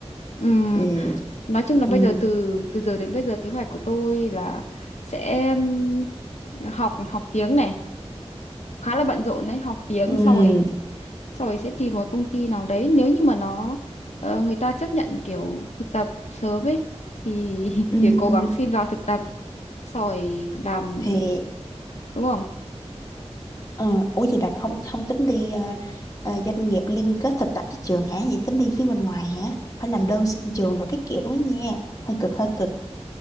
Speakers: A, on the left; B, on the left.
A: Ừm,
B: Ừ,
A: nói chung là
B: ừ,
A: bây giờ từ từ giờ đến bây giờ kế hoạch của tôi là sẽ ừm, học học tiếng này khá là bận rộn đấy học tiếng
B: ừ,
A: sau rồi sau rồi sẽ tìm một công ty nào đấy nếu như mà nó ờ, người ta chấp nhận kiểu thực tập sớm ấy thì <laughs>
B: ừ,
A: thì cố
B: ừ.
A: gắng xin vào thực tập sau rồi làm
B: Thì,
A: đúng không
B: ờ, ủa gì bà không không tính đi ờ, ờ, doanh nghiệp liên kết thực tập với trường hả? Vậy tính đi phía bên ngoài hả? Phải làm đơn xin trường rồi cái kiểu đó nha. Hơi cực, hơi cực.